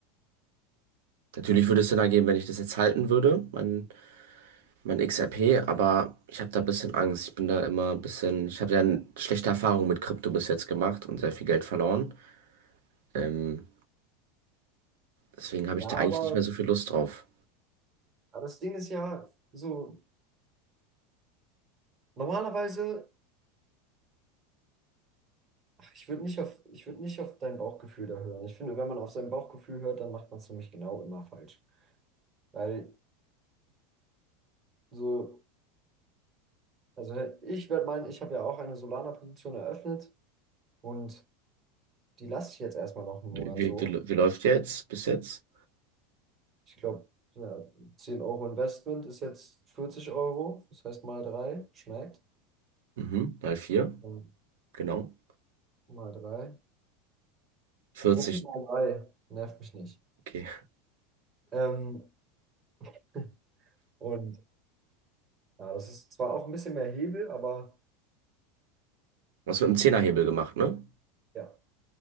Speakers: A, on the right; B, on the right.
A: Natürlich würde es Sinn ergeben, wenn ich das jetzt halten würde, mein Mein XRP, aber ich habe da ein bisschen Angst. Ich bin da immer ein bisschen, ich habe ja n- schlechte Erfahrungen mit Krypto bis jetzt gemacht und sehr viel Geld verloren. Ähm, deswegen habe
B: Ja,
A: ich da
B: aber
A: eigentlich nicht mehr so viel Lust drauf.
B: aber das Ding ist ja so, Normalerweise, ach, ich würde nicht auf, ich würde nicht auf dein Bauchgefühl da hören. Ich finde, wenn man auf sein Bauchgefühl hört, dann macht man es nämlich genau immer falsch. Weil so, also ich werde meinen, ich habe ja auch eine Solana-Position eröffnet und die lasse ich jetzt erstmal noch einen Monat
A: Wie,
B: so.
A: wie, wie läuft jetzt bis jetzt?
B: Ich glaube, ja, 10 Euro Investment ist jetzt 40 Euro, das heißt mal drei, schmeckt.
A: Mhm, mal vier,
B: Ähm,
A: genau.
B: Mal drei.
A: 40,
B: Profit mal drei, nervt mich nicht.
A: okay.
B: Ähm, <laughs> und ja, das ist zwar auch ein bisschen mehr Hebel, aber.
A: Was mit dem Zehnerhebel gemacht, ne?
B: Ja,